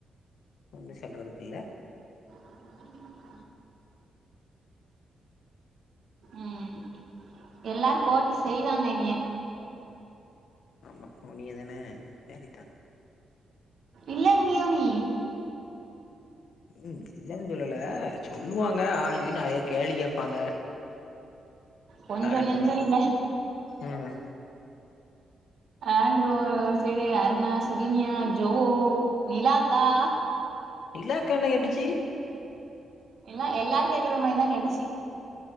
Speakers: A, on the left; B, on the right.
A: ஒண்ணு சொல்றதுக்கு இல்ல
B: <inaudible> ம் எல்லாரூ போட்டு செய்வாங்க என்னய
A: ஆமா ஒன்னிய தான சேரித்தா
B: இல்ல இங்கியோனி
A: ம் இல்லன்னு சொல்லல சொல்லுவாங்க ஆய்உய்னு நறைய கேள்வி கேப்பாங்க
B: கொஞ்சோ
A: கரெட்டுதா
B: நெஞ்சோ இல்ல
A: ம்
B: ஆண்ரோ ஒரு ஒரு சைடு அருணா சுகின்யா ஜோ நிலாக்கா
A: நிலாக்கா என்ன கேட்டுச்சி
B: எல்லா எல்லாரு கேக்குற மாரி தா கேட்டுச்சி